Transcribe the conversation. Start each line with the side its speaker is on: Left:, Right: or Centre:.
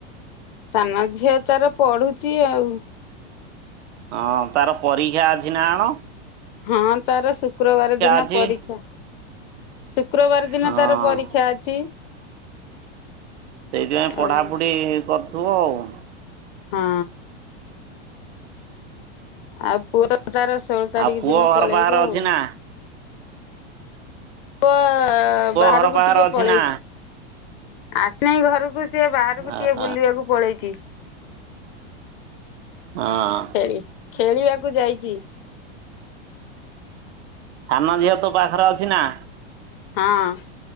Left: ସାନ ଝିଅ ତାର ପଢୁଚି ଆଉ।
Right: ହଁ ତାର ପରୀକ୍ଷା ଅଛି ନା ଆଣ।
Left: ହଁ ତାର ଶୁକ୍ରବାର ଦିନ
Right: ଅଛି
Left: ପରୀକ୍ଷା। ଶୁକ୍ରବାର ଦିନ
Right: ହଁ
Left: ତାର ପରୀକ୍ଷା ଅଛି।
Right: ସେଇଥିପାଇଁ ପଢ଼ାପଢ଼ି
Left: ଆଉ।
Right: କରୁଥିବ ଆଉ।
Left: ହଁ। ଆଉ ପୁଅ ତାର ଷୋଳ ତାରିଖ
Right: ଆଉ ପୁଅ
Left: ଦିନ
Right: ଘର
Left: ପଳେଇବ
Right: ବାହାରେ ଅଛି
Left: ଆଉ।
Right: ନା
Left: ପୁଅ ବାହାରକୁ
Right: ଘର ବାହାରେ
Left: ଟିକେ
Right: ଅଛି
Left: ପଳେଇ
Right: ନା?
Left: ଆସେଇଁ ଘରକୁ ସେ ବାହାରକୁ
Right: ଅହ
Left: ଟିକେ ବୁଲିବାକୁ ପଳେଇଛି।
Right: ହଁ।
Left: ଖେଳି ଖେଳିବାକୁ ଯାଇଛି।
Right: ସାନ ଝିଅ ତୋ ପାଖରେ ଅଛି ନା।
Left: ହଁ